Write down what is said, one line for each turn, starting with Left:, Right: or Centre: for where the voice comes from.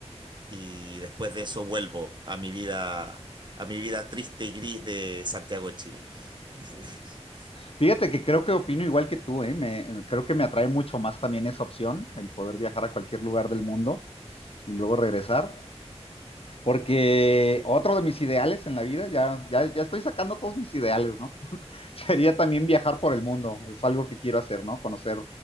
Right: y después de eso vuelvo a mi vida, a mi vida triste y gris de Santiago de Chile. <laughs>
Left: Fíjate que creo que opino igual que tú, ¿eh? Me, me- creo que me atrae mucho más también esa opción, el poder viajar a cualquier lugar del mundo y luego regresar, porque otro de mis ideales en la vida, ya, ya, ya estoy sacando todos mis ideales, ¿no? <laughs> Sería también viajar por el mundo, es algo que quiero hacer, ¿no? Conocer